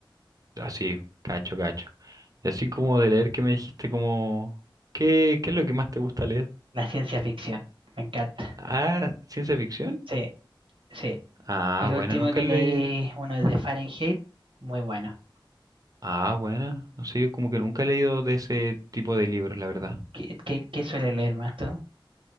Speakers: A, on the right; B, on the right.
A: así, cacho, cacho. Y así como de leer que me dijiste como, ¿qué, qué es lo que más te gusta leer?
B: La ciencia ficción, me encanta.
A: Ah, ciencia ficción.
B: Sí, sí.
A: Ah,
B: El
A: buena,
B: último
A: nunca
B: que
A: le...
B: leí, uno es de Fahrenheit, muy bueno.
A: Ah, buena, no sé, yo como que nunca he leído de ese tipo de libros, la verdad.
B: ¿Qué, qué, qué suele leer más tú?